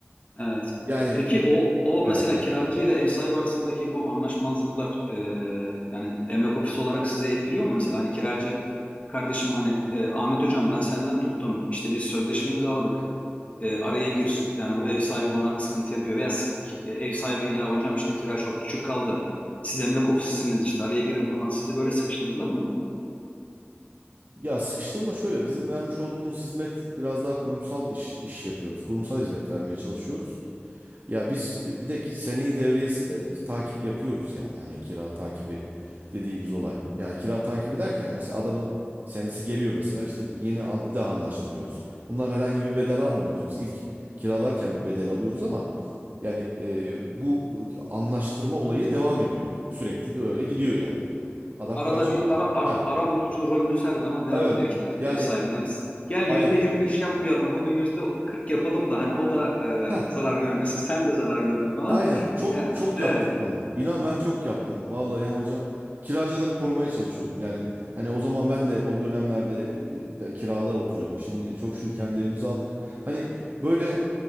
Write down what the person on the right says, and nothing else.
Yani
evet.
Ya sıkıştırma şöyle bizim vermiş olduğumuz hizmet biraz daha kurumsal iş, iş yapıyoruz. Kurumsal hizmet vermeye çalışıyoruz. Ya biz e, bir de ki seneyi devriyesinde takip yapıyoruz yani. Hani kira takibi dediğimiz olay. Yani kira takibi derken mesela adamın senesi geliyor mesela işte yeni an, bir daha anlaştırıyoruz. Bundan herhangi bir bedel almıyoruz. Biz ilk kiralarken bir bedel alıyoruz ama yani e, bu anlaştırma olayı devam ediyor. Sürekli de öyle gidiyor yani. Adam
kaç
yıl?
Ha
evet.
Yani
Aynen.
Heh,
aynen. Çok
çok
yaptık bunu. İnan ben çok yaptım. Vallahi yani hocam kiracıları korumaya çalışıyordum. Yani hani o zaman ben de o dönemlerde e, ben kirada oturuyorduk. Şimdi çok şükür kendi evimizi aldık. Hani böyle